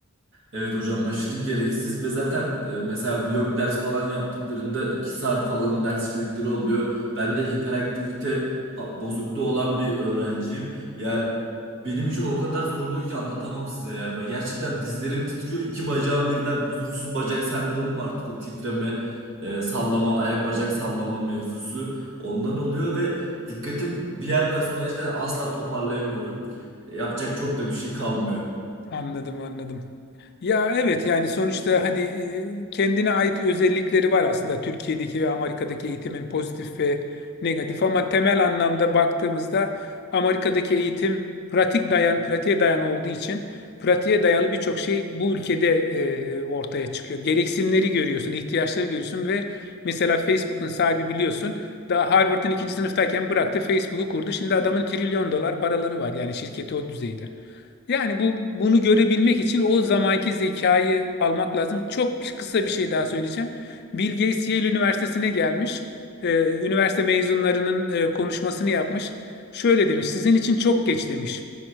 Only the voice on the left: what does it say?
Anladım anladım. Ya evet yani sonuçta hani e, kendine ait özellikleri var aslında Türkiye'deki ve Amerika'daki eğitimin pozitif ve negatif ama temel anlamda baktığımızda Amerika'daki eğitim pratik dayan pratiğe dayan olduğu için pratiğe dayalı birçok şey bu ülkede e, ortaya çıkıyor. Gereksinimleri görüyorsun, ihtiyaçları görüyorsun ve mesela Facebook'un sahibi biliyorsun daha Harvard'ın ikinci sınıftayken bıraktı Facebook'u kurdu. Şimdi adamın trilyon dolar paraları var yani şirketi o düzeyde. Yani bu bunu görebilmek için o zamanki zekayı almak lazım. Çok bir- kısa bir şey daha söyleyeceğim. Bill Gates Yale Üniversitesi'ne gelmiş. Ee, üniversite mezunlarının e, konuşmasını yapmış. Şöyle demiş, sizin için çok geç demiş.